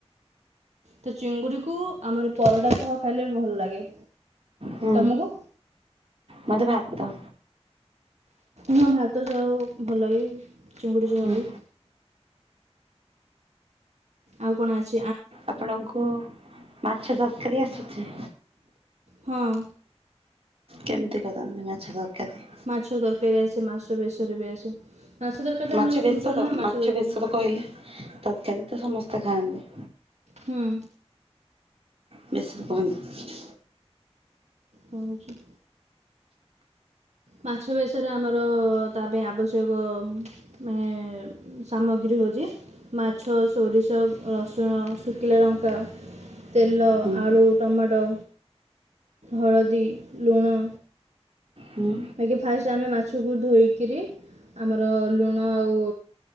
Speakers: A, on the right (about 80°); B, on the right (about 60°).
A: ତ ଚିଙ୍ଗୁଡ଼ିକୁ ଆମର ପରଟା ସହ ଖାଇଲେ ବି ଭଲ ଲାଗେ।
B: ହୁଁ
A: ତମକୁ
B: ମତେ ଭାତ
A: ହଁ ଭାତ ସହ ଭଲ ଲାଗେ ଚିଙ୍ଗୁଡ଼ି ଝୋଳ
B: ହୁଁ
A: ବି। ଆଉ କଣ ଆଛି
B: ଆପଣଙ୍କୁ ମାଛ ତରକାରି ଆସିଛି?
A: ହଁ
B: କେମତି କରନ୍ତି ମାଛ ତରକାରି?
A: ମାଛ ତରକାରି ଆସେ ମାଛ ବେସରେ ବି ଆସେ। ମାଛ ତରକାରୀ ତ
B: ମାଛ
A: ଆମର
B: ବେସର
A: ସିମ୍ପଲ୍ ନା
B: ମାଛ
A: ତରକାରୀ
B: ବେସର କହିଲେ ତରକାରି ତ ସମସ୍ତେ ଖାଆନ୍ତି।
A: ହୁଁ
B: ବେସର <inaudible>
A: ରଉଛି ମାଛ ବେସର ଆମର ତା ପାଇଁ ଆବଶ୍ୟକ ମେ ସାମଗ୍ରୀ ହଉଛି ମାଛ, ସୋରିଷ, ରସୁଣ, ଶୁଖିଲା ଲଙ୍କା। ତେଲ,
B: ହୁଁ
A: ଆଳୁ, ଟମାଟୋ, ହଳଦୀ, ଲୁଣ
B: ହୁଁ
A: ବାକି ଫାଷ୍ଟ ଆମେ ମାଛକୁ ଧୋଇକିରି ଆମର ଲୁଣ ଆଉ